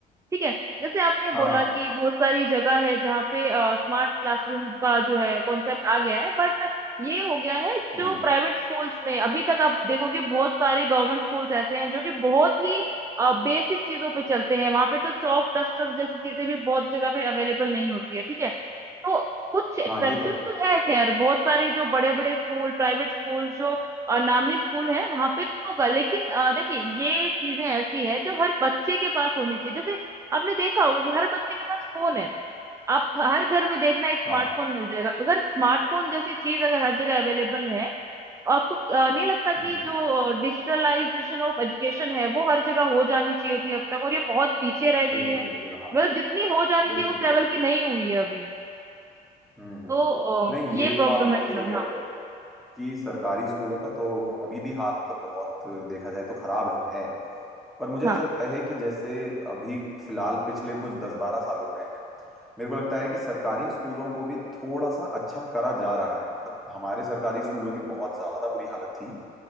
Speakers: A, on the right (about 15°); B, in the centre.
A: ठीक है जैसे आपने
B: हाँ
A: बोला कि बहुत सारी जगह है जहाँ पे स्मार्ट क्लासरूम का जो है कॉन्सेप्ट आ गया है बट ये हो गया है जो
B: जी
A: प्राइवेट स्कूल्स में अभी तक आप देखोगे बहुत सारे गवर्नमेंट स्कूल्स ऐसे हैं जो कि बहुत ही बेसिक चीजों पे चलते हैं वहां पे तो चौक डस्टर जैसी चीजें भी बहुत जगह पे अवेलेबल नहीं होती है ठीक है तो कुछ एक्सेप्शन
B: हाँ ये तो है
A: तो है खैर बहुत सारे जो बड़े बड़े स्कूल प्राइवेट स्कूल जो अ, नामी स्कूल है वहां पे तो होगा लेकिन अ, देखिए ये चीजें ऐसी है जो हर बच्चे के पास होनी चाहिए जैसे आपने देखा होगा कि हर बच्चे के पास फोन है आप हर घर में देखना एक स्मार्टफोन
B: हाँ
A: मिल जाएगा अगर स्मार्टफोन जैसी चीज अगर हर जगह अवेलेबल है तो आपको अ, नहीं लगता
B: हम्म
A: कि जो डिजिटलाइजेशन ऑफ एजुकेशन है वो हर जगह हो जानी चाहिए थी अब तक और ये बहुत पीछे रह
B: बिल्कुल
A: गई है
B: बिल्कुल हाँ
A: मतलब जितनी हो जानी
B: बिल्कुल
A: चाहिए उस
B: बिल्कुल
A: लेवल की नहीं हुई है अभी
B: हम्म हम्म
A: तो
B: हम्म।
A: अ,
B: नहीं ये
A: ये
B: तो
A: प्रॉब्लम
B: आप बिल्कुल
A: है फिलहाल
B: सही कह
A: हाँ
B: रहे हो कि सरकारी स्कूलों का तो अभी भी हाल मतलब बहुत देखा जाए तो खराब है पर मुझे
A: हाँ
B: ऐसा लगता है कि जैसे अभी फिलहाल पिछले कुछ दस बारह सालों में मेरे को लगता है कि सरकारी स्कूलों को भी थोड़ा सा अच्छा करा जा रहा है मतलब हमारे सरकारी स्कूलों की बहुत ज्यादा बुरी हालत थी